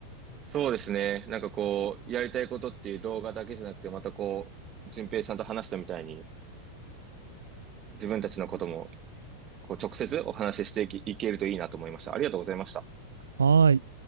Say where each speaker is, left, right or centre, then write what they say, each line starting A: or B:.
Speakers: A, on the right; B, on the right.
A: そうですね。なんかこう、やりたいことっていう動画だけじゃなくて、またこう、順平さんと話したみたいに、自分たちのことも、こう、直接お話ししていきいけるといいなと思いました。ありがとうございました。
B: はーい。